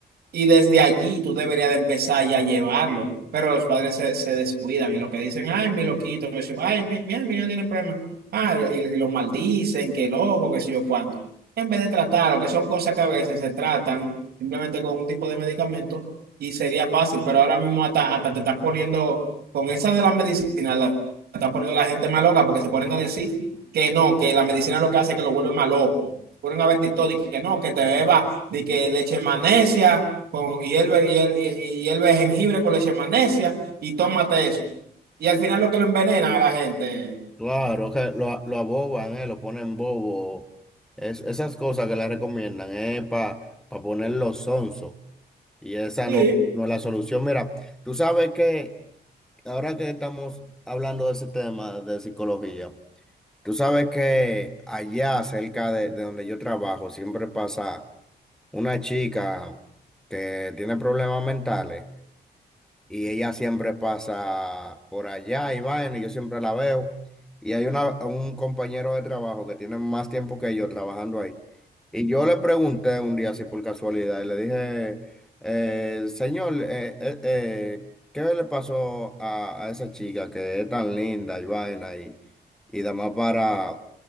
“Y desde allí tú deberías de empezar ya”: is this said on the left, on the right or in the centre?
Right